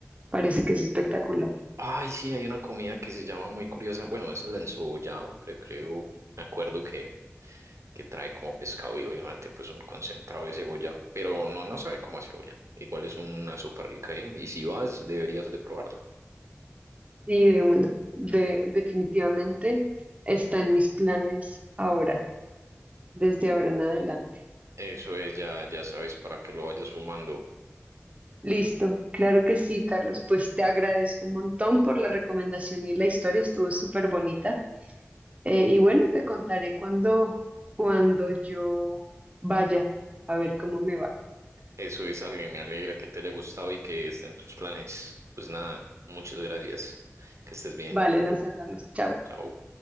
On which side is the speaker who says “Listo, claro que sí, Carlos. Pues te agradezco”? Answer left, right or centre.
Right